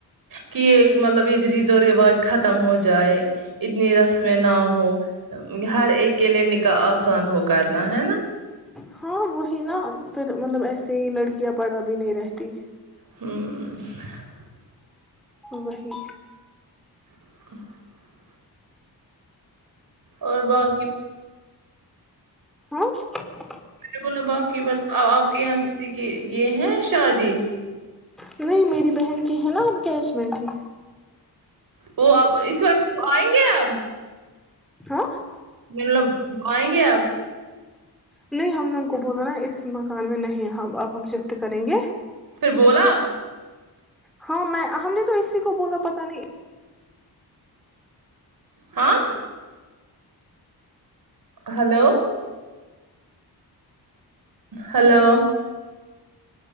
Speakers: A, on the right; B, in the centre.
A: کہ یہ مطلب یہ ریت و رواج ختم ہو جائے اتنی رسمیں نہ ہو ہر ایک کے لیے نکاح آسان ہو کرنا ہے نا
B: ہاں وہی نا پھر مطلب ایسے ہی لڑکیاں پڑا بھی نہیں رہتی
A: ہوں
B: وہ ہی
A: <unintelligible> اور باقی
B: ہاں
A: میں نے بولا باقی بات آپ کے یہاں کسی کی یہ ہے شادی
B: نہیں میری بہن کی ہے نا اکیچمنٹ ہی
A: وہ اب اس وقت آئیں گے اب
B: ہ <unintelligible>
A: مطلب آئیں گے آپ
B: نہیں ہم نے ان کو بولا نا اس مکان میں نہیں ا اب ہم شفٹ کریں گے
A: پھر بولا
B: ہاں میں ہم نے تو اسی کو بولا پتا نہیں
A: ہاں ہلو ہلو